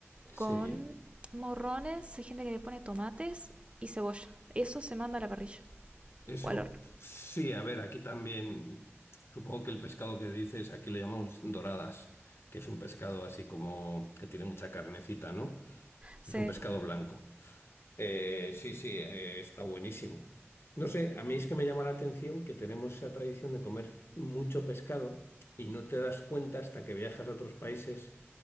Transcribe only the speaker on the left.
Sí,
eso
sí, a ver, aquí también supongo que el pescado que dices, aquí lo llamamos doradas, que es un pescado así como que tiene mucha carnecita, ¿no?
Es un pescado blanco. Eh, sí, sí, eh, está buenísimo. No sé, a mí es que me llama la atención que tenemos esa tradición de comer mucho pescado y no te das cuenta hasta que viajas a otros países